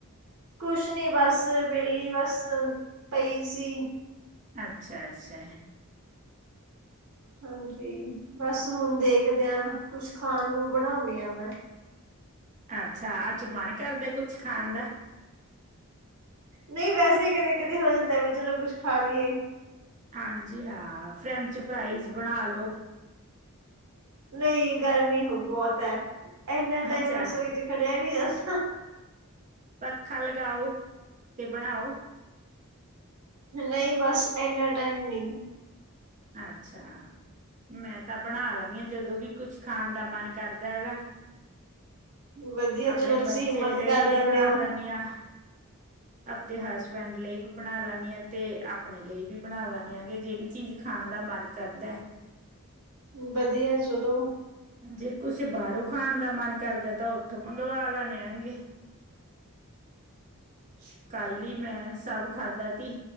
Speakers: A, on the right (about 85°); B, on the right (about 35°).
A: ਕੁਛ ਨੀ ਬਸ ਵੇਲੀ ਬਸ, ਪਈ ਸੀ।
B: ਅੱਛਾ-ਅੱਛਾ।
A: ਹਾਂਜੀ ਬਸ ਹੁਣ ਦੇਖਦੇ ਆ ਕੁਛ ਖਾਣ ਨੂੰ ਬਣਾਨੀ ਆ ਮੈਂ।
B: ਆਛਾ ਅੱਜ ਮਨ ਕਰਦੇ ਕੁਛ ਖਾਣ ਦਾ?
A: ਨਈ ਵੈਸੇ ਕਦੇ ਕਦੇ ਹੋ ਜਾਂਦਾ ਵੀ ਚਲੋ ਕੁੱਛ ਖਾ ਲੀਏ।
B: ਹਾਂਜੀ ਹਾਂ ਫਰੈਂਚ ਫਰਾਈਜ਼ ਬਣਾ ਲੋ
A: ਨਈ ਗਰਮੀ ਹੁ ਬੌਤ ਐ ਐਨਾ ਟਾਈਮ
B: ਅੱਛਾ
A: ਰਸੋਈ ਚ ਖੜੇਆ ਨੀ ਜਾਦਾ।
B: ਪੱਖਾ ਲਗਾਓ ਤੇ ਬਣਾਓ।
A: ਨਈ ਬਸ ਐਨਾ ਟਾਈਮ ਨਈ
B: ਅੱਛਾ। ਮੈਂ ਤਾਂ ਬਣਾ ਲੈਣੀ ਆ ਜਦੋਂ ਵੀ ਕੁਛ ਖਾਣ ਦਾ ਮਨ ਕਰਦਾ ਐਗਾ।
A: ਵਧੀਆ
B: ਅਪਣੇ
A: ਚਲੋ ਤੁਸੀਂ
B: ਬੱਚੇ
A: ਹਿੰਮਤ
B: ਲਈ
A: ਕਰ
B: ਵੀ
A: ਲੈਂਦੇ
B: ਬਣਾ
A: ਹੋ
B: ਦੈਨੀ ਆ। ਆਪਦੇ ਹਸਬੈਂਡ ਲਈ ਵੀ ਬਣਾ ਲੈਣੀ ਆ ਤੇ ਅਪਣੇ ਲਈ ਵੀ ਬਣਾ ਲੈਣੇ ਹਗੇ ਜਿਹੜੀ ਚੀਜ਼ ਖਾਣ ਦਾ ਮਨ ਕਰਦੈ।
A: ਵਧੀਆ ਚਲੋ।
B: ਜੇ ਕੁਛ ਬਾਰੋਂ ਖਾਣ ਦਾ ਮਨ ਕਰਦਾ ਤਾਂ ਓਥੋਂ ਮੰਗਵਾ ਲੈਣ ਆਗੇ।
A: <inaudible>
B: ਕੱਲ ਈ ਮੈਂ ਸਭ ਖਾਦਾ ਤੀ